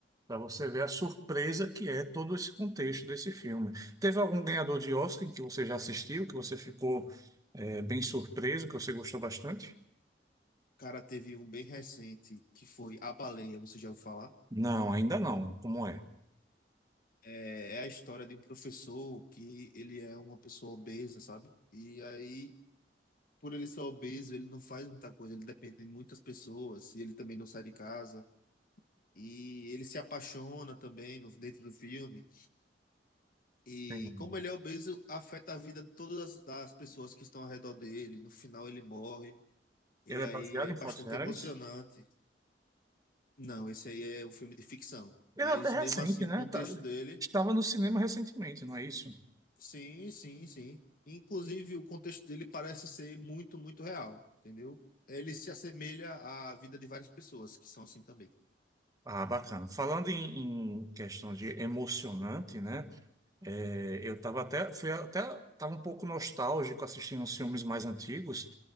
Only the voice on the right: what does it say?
Para você ver a surpresa que é todo esse contexto desse filme. Teve algum ganhador de Oscar que você já assistiu, que você ficou eh, bem surpreso, que você gostou bastante?
Não, ainda não. Como é?
Sim.
Ele
é baseado
em
fatos reais?
Ele
é até recente,
né?
Tá-
estava no cinema recentemente, não é isso?
Ah, bacana. Falando em, em questão de emocionante, né? É, eu estava até, fui até, tava um pouco nostálgico assistindo os filmes mais antigos.